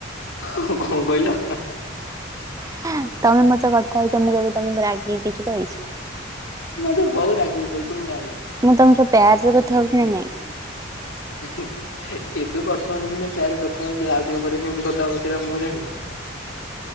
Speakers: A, on the left; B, on the right.
A: ଓହୋ କଣ କହିଲ?
B: <unintelligible> ତମେ ମୋ ସହିତ କଥା ହେଇଛ ମୁଁ କେବେ ତମକୁ ରାଗି କିଛି କହିଛି।
A: ମତେ ବହୁ ରାଗିକି କହିଥିବୁ ମୁଁ ଜାଣିଛି।
B: ମୁଁ ତମ ସହ ପ୍ୟାର୍ ସେ କଥା ହଉଛିି ନା ନାଇଁ?
A: ଏବେ ବର୍ତ୍ତମାନ ସିନା ପ୍ୟାରେ କଥା ହଉଛ ଆଉ ଟିକେ ପରେ କେମିତି କଥା ହବ ସେଇଟା ମୁଁ ଜାଣିନି।